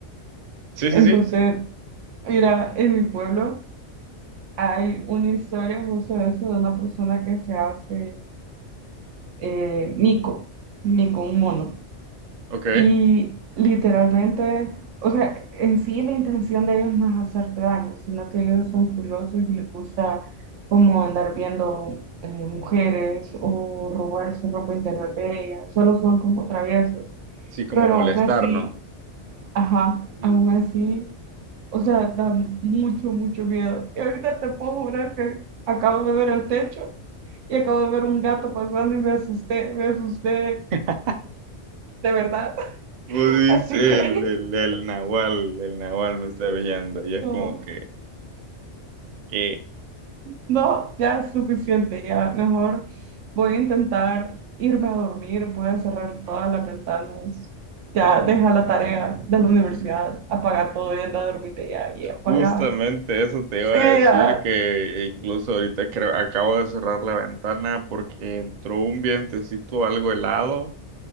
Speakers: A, on the right; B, on the right.
A: sí,
B: Entonces,
A: sí, sí,
B: mira, en mi pueblo Hay una historia justo de eso, de una persona que se hace eh, mico, mico, un mono.
A: ok.
B: Y literalmente, o sea, en sí la intención de ellos no es hacerte daño, sino que ellos son curiosos y les gusta como andar viendo eh, mujeres o robarse ropa interior de ellas. Solo son como traviesos.
A: Sí, como
B: Pero
A: molestar,
B: aún así
A: ¿no?
B: Ajá,
A: Ujú.
B: aún así, o sea, da mucho, mucho miedo. Y ahorita te puedo jurar que acabo de ver el techo y acabo de ver un gato pasando y me asusté, me asusté
A: <laughs>
B: de verdad.
A: Vos
B: <laughs>
A: dices,
B: Así
A: el,
B: que
A: el, el Nahual, el Nahual me está brillando. Y es
B: no,
A: como que, que
B: no, ya es suficiente, ya mejor voy a intentar irme a dormir, voy a cerrar todas las ventanas, ya deja la tarea de la universidad, apaga todo y anda a dormirte ya y apaga.
A: justamente eso te
B: Sí,
A: iba a
B: ya,
A: decir, que incluso ahorita creo, acabo de cerrar la ventana porque entró un vientecito algo helado.